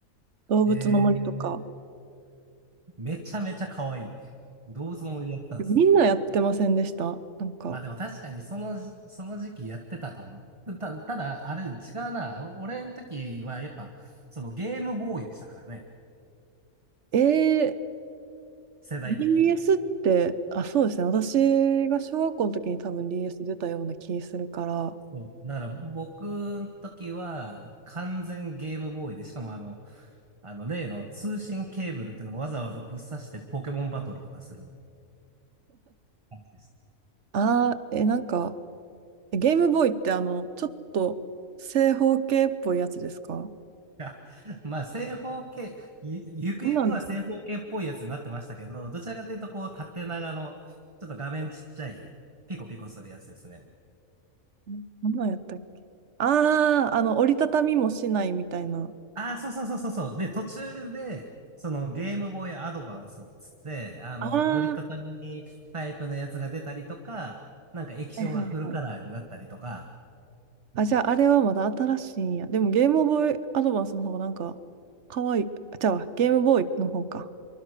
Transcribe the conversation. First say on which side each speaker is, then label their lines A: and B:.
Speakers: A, on the right (about 65°); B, on the right (about 25°).
A: 動物の森とか。
B: ええめちゃめちゃ可愛い。どうぞもやってたんです。
A: みんなやってませんでしたなんか、
B: まあでも確かにその時、その時期やってたかも。た、ただ、あれ違うな。お俺の時はやっぱ、そのゲームボーイでしたからね。
A: えー、
B: 世代的に。
A: DBS って、あ、そうですね。私が小学校の時に多分 DS 出たような気するから、
B: そうだから僕の時は完全ゲームボーイで、しかもあの、あの例の通信ケーブルっていうのをわざわざぶっ刺してポケモンバトルとかする感じです。
A: あー、え、なんか、ゲームボーイってあの、ちょっと正方形っぽいやつですか
B: <laughs> やまあ、正方形、ゆ、ゆくゆくは正方形っぽいやつになってましたけど、
A: 何なんですか
B: どちらかというと、こう、縦長の、ちょっと画面ちっちゃい、ピコピコするやつですね。
A: ね。何なんやったっけああー、あの、折りたたみもしないみたいな。
B: ああ、そうそうそうそうそう。で、途中で、そのゲームボーイアドバンスっつって、あの、
A: ああ、
B: 折りたたみタイプのやつが出たりとか、
A: は
B: なんか液晶がフルカラーになったりとか、
A: いはいはい。あ、じゃああれはまだ新しいんや。でもゲームボーイアドバンスの方がなんか、かわいい。あ、じゃあゲームボーイの方か。